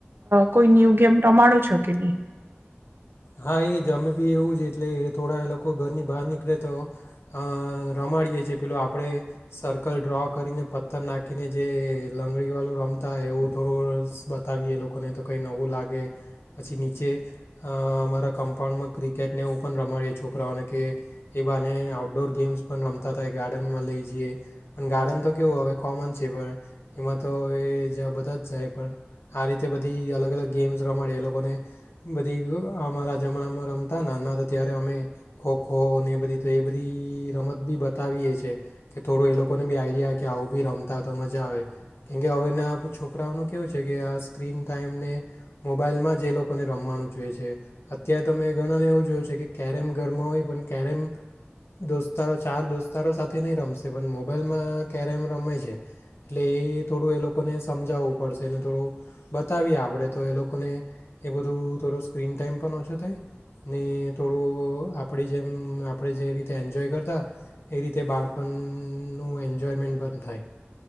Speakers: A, on the right; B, on the left.
A: કોઈ ન્યુ ગેમ રમાડો છો કે ની?
B: હા એ જમે બી એવું જ એટલે થોડા એ લોકો ઘરની બહાર નીકળે તો, અ રમાડીએ છે પેલો, આપણે સર્કલ ડ્રો કરીને પથ્થર નાખીને જે લંગડીવાળું રમતા એવું થોડું બતાવીએ લોકોને તો કંઈ નવું લાગે, પછી નીચે અમારા કમ્પાઉન્ડમાં ક્રિકેટને એવું પણ રમાડીએ છોકરાઓને કે, એ બાને આઉટડોર ગેમ્સ પણ રમતા થાય ગાર્ડનમાં લઈ જઈએ, પણ ગાર્ડન તો કેવું હવે કોમન છે, પણ એમાં તો હવે બધા જ જાય પણ, આ રીતે બધી અલગ અલગ ગેમ્સ રમાડીએ એ લોકોને. બધી અમારા જમાણામાં રમતા નાના તા ત્યારે અમે, ખોખો ને એ બધી તો એ બધી રમત બી બતાવીએ છીએ, કે થોડું એ લોકોને બી આઈડિયા કે આવું બી રમતા તો મજા આવે, કેમકે હવેના છોકરાઓનું કેવું છે કે આ સ્ક્રીન ટાઈમને, મોબાઈલમાં જ એ લોકોને રમવાનું જોઈએ છે, અત્યારે તમે ગણા ને એવું જોયું છે કે કેરમ ઘરમાં હોય પણ કેરમ, દોસ્તારો ચાર દોસ્તારો સાથે નહી રમશે પણ મોબાઈલમાં કેરમ રમે છે. એટલે એ થોડું એ લોક લોકોને સમજાવવું પડશે અને થોડું, બતાવીએ આપડે તો એ લોકોને એ બધું થોડું સ્ક્રીન ટાઈમ પણ ઓછો થાય, ને થોડું આપણી જેમ આપણે જે રીતે એન્જોય કરતા, એ રીતે બાળપણનું એન્જોયમેન્ટ પણ થાય.